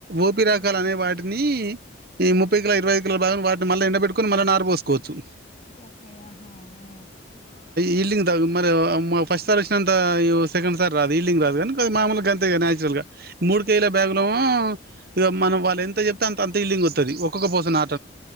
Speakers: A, on the right; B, on the left.
A: ఓపి
B: ఆహా
A: రకాలనే వాటిని ఈ ముప్పై కిలో ఇరవై కిలో వాటిని ఎండ బెట్టుకుని మళ్ళీ నార్ పోసుకోవచ్చు
B: ఓకే ఆహా ఆ
A: ఈల్డింగ్ తాగు మరి మా ఫస్ట్ సార్ వచ్చినంత సెకండ్ సార్ రాదు ఈల్డింగ్ రాదు కానీ మామూలుగా అంతే న్యాచురల్ గా మూడు
B: ఆ
A: కేల బ్యాగును ఇగ మనం వాళ్ళ ఎంత చెప్తే అంత అంత ఇల్లింగ్ వత్తది ఒక్కొక్క పోస నాటితే